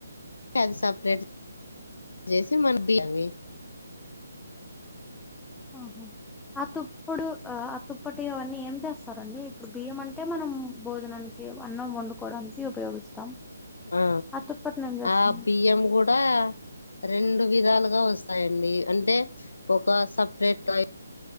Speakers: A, on the left; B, in the centre.
A: అద్ సపరేట్ చేసి మన బ అవి
B: ఆహా ఆ తుప్పుడు ఆ ఆ తుప్పటి అవన్నీ ఏం చేస్తారండి ఇప్పుడు బియ్యం అంటే మనం భోజనానికి అన్నం వండుకోవడానికి ఉపయోగిస్తాం
A: ఆ
B: తుప్పటిని ఏం చేస్తాం
A: ఆ బియ్యం కూడా రెం డు విధాలుగా వస్తాయండి అంటే ఒక సపరేట్ై